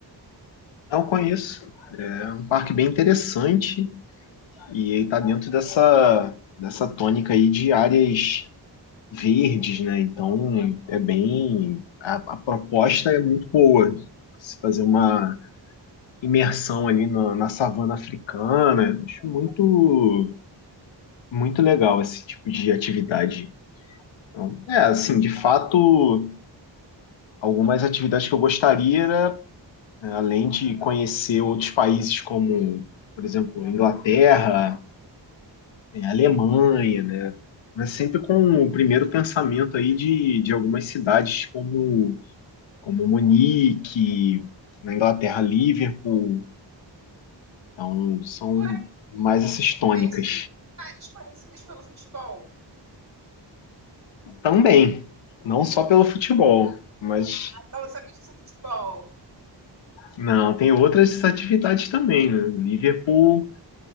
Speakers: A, on the left; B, on the right.
A: Não conheço. É um parque bem interessante e ele está dentro dessa dessa tônica aí de áreas verdes, né? Então é bem. A, a proposta é muito boa. Se fazer uma imersão ali na, na savana africana, acho muito, muito legal esse tipo de atividade. Então, é, assim, de fato, algumas atividades que eu gostaria era, né, além de conhecer outros países como, por exemplo, a Inglaterra, é, a Alemanha, né? Mas sempre com o primeiro pensamento aí de, de algumas cidades como como Munique, na Inglaterra, Liverpool. Então, são
B: Ué,
A: mais essas tônicas.
B: bem sociedades conhecidas pelo futebol.
A: Também, não só pelo futebol, mas
B: Ah, Então você gosta de futebol.
A: não, tem outras atividades também, né? Liverpool